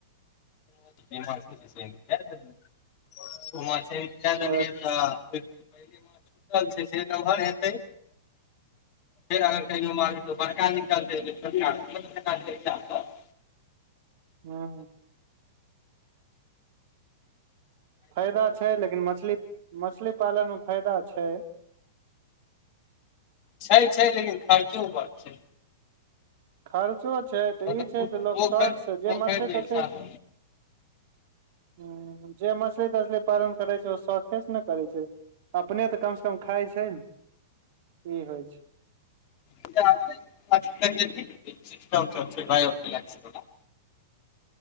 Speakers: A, on the left; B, on the right.
A: स क देलियै तऽ <inaudible>
B: ह
A: छुटल छै से नमहर हेतै फेर अगर कही मारो बड़का निकलतै छोटका <inaudible>
B: हुँ फायदा छै लेकिन मछली मछली पालनमे फायदा छै
A: छै छै लेकिन खर्चो बड्ड छै
B: खर्चो छै तऽ
A: पोखरि
B: ई छै त लोक शौखस
A: पोखरि
B: जे मछली
A: के
B: तछली
A: हिसाब
B: हुँ जे मछली तछली पालन करै छै ओ शौखे ने करै छै अपने तऽ कमसँ कम खाइ छै ने ई होइ छै
A: भ ल ओ <inaudible>